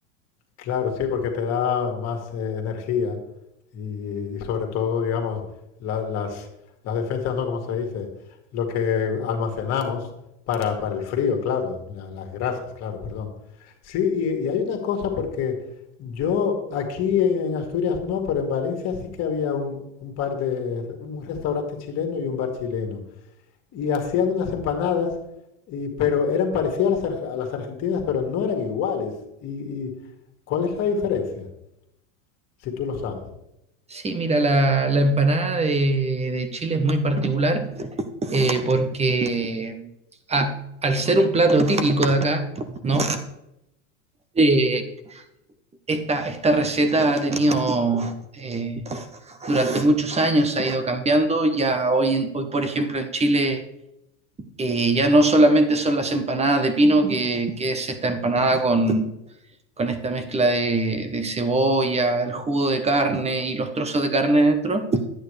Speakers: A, on the left (about 45°); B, on the right (about 15°).
A: Claro, sí, porque te da más eh, energía y, y sobre todo, digamos, la- las, las defensas, ¿no? Como se dice, lo que almacenamos para, para el frío, claro, la- las grasas, claro, perdón. Sí, y, y hay una cosa porque yo aquí en, en Asturias no, pero en Valencia sí que había un, un par de, un restaurante chileno y un bar chileno y hacían unas empanadas, y- pero eran parecidas a las, a las argentinas, pero no eran iguales. Y, y ¿cuál es la diferencia? Si tú lo sabes.
B: Sí, mira, la, la empanada de, de Chile es muy particular eh, porque a- al ser un plato típico de acá, ¿no? Eh, esta, esta receta ha tenido, eh, durante muchos años ha ido cambiando, ya hoy, en- hoy por ejemplo en Chile eh, ya no solamente son las empanadas de pino, que, que es esta empanada con, con esta mezcla de, de cebolla, el jugo de carne y los trozos de carne dentro,